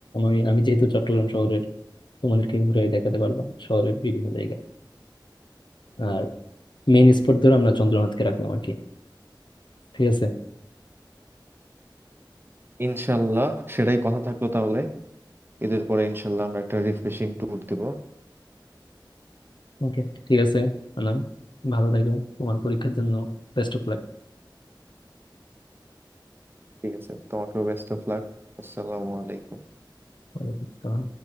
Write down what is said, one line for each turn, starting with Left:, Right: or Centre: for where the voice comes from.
Left: আমি আমি যেহেতু চট্টগ্রাম শহরের তোমাদেরকে ঘুরে দেখাতে পারলাম শহরের বিভিন্ন জায়গা আর মেইন স্পট ধরে আমরা চন্দ্রনাথকে রাখলাম আর কি ঠিক আছে
Right: ইনশাল্লাহ সেটাই কথা থাকলো তাহলে ঈদের পরে ইনশাল্লাহ আমরা একটা রিফ্রেশিং ট্যুর দিব
Left: ওকে ঠিক আছে আনাম ভালো থাকো তোমার পরীক্ষার জন্য বেস্ট অফ
Right: ঠিক আছে তোমাকেও বেস্ট অফ লাক আসসালামু আলাইকুম
Left: লাক